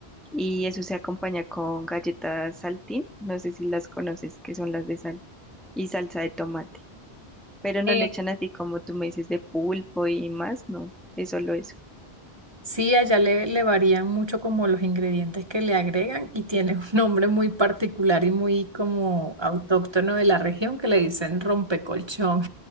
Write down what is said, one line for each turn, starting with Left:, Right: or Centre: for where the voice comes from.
Centre: Y eso se acompaña con galletas saltín, no sé si las conoces, que son las de sal, y salsa de tomate. Pero no
Right: Eh,
Centre: le echan así como tú me dices de pulpo y más, no, es solo eso.
Right: sí, allá le, le varían mucho como los ingredientes que le agregan y tiene un nombre muy particular y muy como autóctono de la región que le dicen rompecolchón.